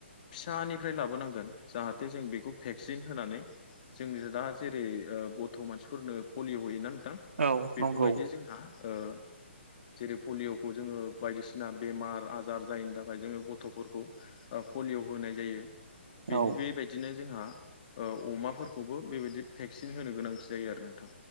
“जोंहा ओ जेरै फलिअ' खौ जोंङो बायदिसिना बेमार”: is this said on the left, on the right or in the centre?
Left